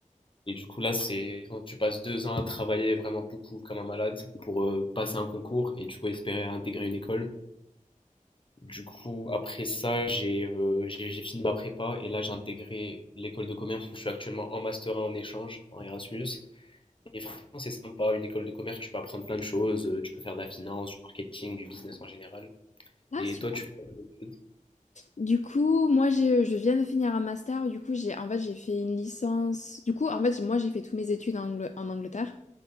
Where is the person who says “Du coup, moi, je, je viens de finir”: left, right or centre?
Left